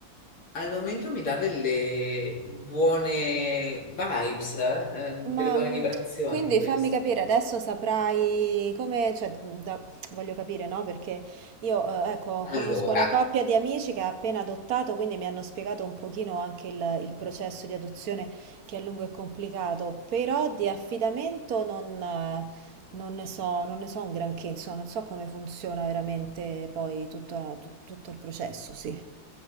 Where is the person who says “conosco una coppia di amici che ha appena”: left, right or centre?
Right